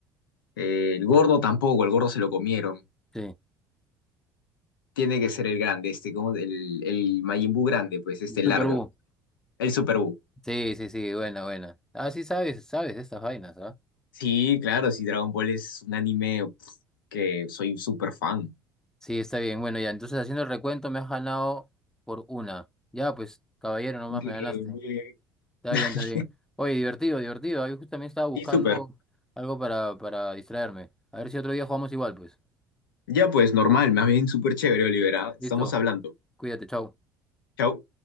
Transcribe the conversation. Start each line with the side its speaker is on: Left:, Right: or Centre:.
Left: Eh, el gordo tampoco, el gordo se lo comieron.
Centre: sí,
Left: Tiene que ser el grande, este, como el, el Majin Buu grande, pues, este
Centre: Super
Left: largo.
Centre: Mira, Buu.
Left: El Super Buu.
Centre: Sí, sí, sí, buena, buena. Ah, sí, sabes, sabes de estas vainas, ¿ah?
Left: Sí, claro, sí, Dragon Ball es un anime pf, que soy súper fan.
Centre: Sí, está bien. Bueno, ya, entonces haciendo el recuento me has ganado por una. Ya, pues, caballero, nomás
Left: Bien,
Centre: me ganaste.
Left: bien.
Centre: Está
Left: <laughs>
Centre: bien, está bien. Oye, divertido, divertido. Ah, Yo justamente estaba buscando
Left: Sí, súper.
Centre: algo para, para distraerme. A ver si otro día jugamos igual, pues.
Left: Ya pues, normal, más bien súper chévere, Olivera.
Centre: Listo,
Left: Estamos hablando.
Centre: cuídate, chao.
Left: Chao.